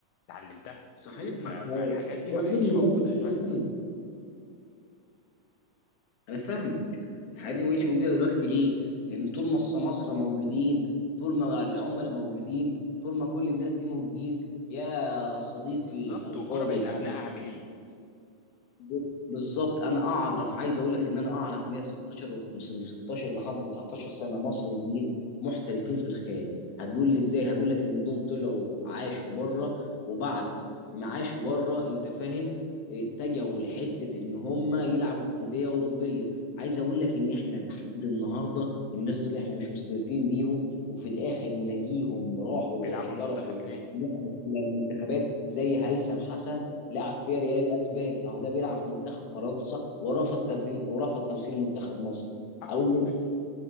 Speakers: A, on the left (about 75°); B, on the left (about 55°).
A: اتعلمتها
B: صحيح
A: ف...
B: ولا
A: فالحاجات
B: صحيح؟
A: دي
B: ده
A: ما بقتش
B: دول مدرسه
A: موجوده
B: الكوره
A: دلوقتي
B: فعلا انا فاهمك الحاجات دي ما بقتش موجوده دلوقتي ليه؟ لان طول ما السماسره موجودين طول ما العملاء موجودين طول ما كل الناس دي موجودين يا صديقي
A: بالظبط
B: الفاضل
A: والكوره بقت ابناء
B: انا
A: عاملين
B: ب- بالظبط انا اعرف عايز اقول لك ان انا اعرف ناس 16 من 16 لحد 19 سنه مصريين محترفين في الخارج هتقول لي ازاي هقول لك ان دول طلعوا عاشوا بره وبعد ما عاشوا بره انت فاهم اتجهوا لحته ان هم يلعبوا في انديه اوروبيه عايز اقول لك ان احنا لحد النهارده الناس دول احنا مش مستضيفين بيهم وفي الاخر نلاقيهم راحوا
A: بيلعبوا
B: احترفوا
A: المنتخب تاني
B: ولعبوا في المنتخبات زي هيثم حسن لعب في ريال الاسباني اهو ده بيلعب في منتخب فرنسا ورفض تمثيل ورفض تمثيل منتخب مصر
A: حقه
B: اقول
A: على
B: لك
A: فكرة